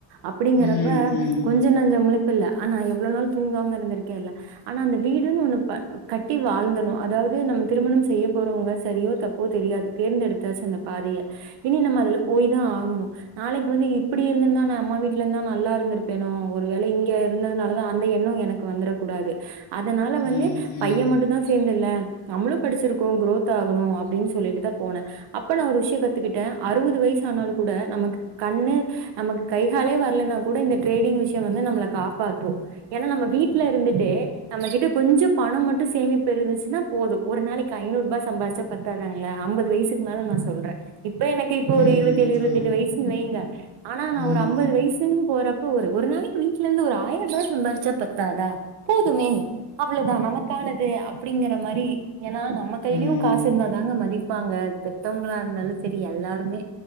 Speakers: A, on the right; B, on the left.
A: அப்படிங்கறப்ப
B: ம், ம்.
A: கொஞ்சம் நஞ்சம் ப்பல்ல ஆனா எவ்ளோ நாள் தூங்காம இருந்திருக்கே இல்ல ஆனா அந்த வீடுன்னு ஒண்ணு கட்டி வாழ்ந்தணு அதாவது நம்ம திருமணம் செய்ய போறவங்க சரியோ தப்போ தெரியாது தேர்ந்தெடுத் அந்த பாதையை இனி நம்ம அதுல போய் தா ஆகணு நாளைக்கு வந்து இப்டி இருந்தந்தா நா அம்மா வீட்டுல இருந்தா நல்லா இருந்திருப்பேனோ ஒரு வேளை இங்க இருந்ததுனாலதா அந்த எண்ணம் எனக்கு வந்துட கூடாது அதனால வந்து
B: ம், ம்.
A: பையன் மட்டும் தான் சேர்ந்து இல்ல நம்மளு படிச்சிருக்கோ குரோத் ஆகணு அப்டின்னு சொல்லிட்டு தா போனே அப்ப நான் ஒரு விஷயம் கத்துக்கிட்டேன் அறுபது வயசு ஆனாலும் கூட நமக்கு கண்ணு நமக்கு கைகாலே வரலைனா கூட இந்த ட்ரேடிங் விஷயம் வந்து நம்மளை காப்பாத்தும் ஏன்னா நம்ம வீட்டுல இருந்துட்டு நம்மகிட்ட கொஞ்சம் பணம் மட்டும் சேமிப்பு இருந்துச்சுன்னா போதும் ஒரு நாளைக்கு ஐநூறு ரூபாய் சம்பாதிச்சா பத்தாதாங்களே ஐம்பது வயசு க்கு மேல நா சொல்றே இப்ப எனக்கு இப்ப
B: ம், ம். ம்,
A: ஒரு இருபத்தி ஏழு இருபத்தி
B: ம்.
A: எட்டு வயசுன்னு வைங்க ஆனா நா
B: ம். ம்
A: ஒரு ஐம்பது வயசுன்னு போற ஒரு ஒரு நாளைக்கு வீட்டு்ல இருந்து ஒரு ஆயிரம் ரூபா சம்பாரிச்சா பத்தாதா போதுமே அவ்வளோதா நமக்கானது அப்டிங்கற மாரி ஏன்னா நம்ம கையிலயு
B: ம் ம்
A: காசு இருந்தாதாங்க மதிப் ப்பாங்க பெத்தவங்களா இருந்தாலு செரி எல்லாருமே